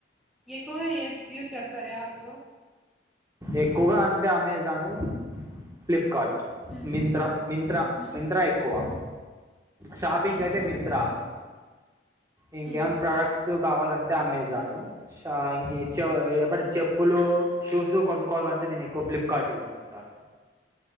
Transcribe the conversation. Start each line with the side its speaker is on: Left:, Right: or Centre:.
Centre: ఎక్కువ ఎది యూజ్ చేస్తారు యాప్
Right: ఎక్కువగా అంటే అమెజాను ఫ్లిప్కార్ట్
Centre: ఉమ్
Right: మింత్ర మింత్రా
Centre: ఉహు
Right: మింత్ర ఎక్కువ షాపింగ్
Centre: ఉహు
Right: అయితే మింత్రా ఇంకేమనా
Centre: ఉమ్
Right: ప్రోడక్ట్ స్ కావాలంటే అమెజాను ష ఇంక చె ఎప్పటి చెప్పులు షూస్ కొనుకోవాలంటే నేను ఎక్కువ ఫ్లిప్కార్ట్ యూజ్ చేస్తాను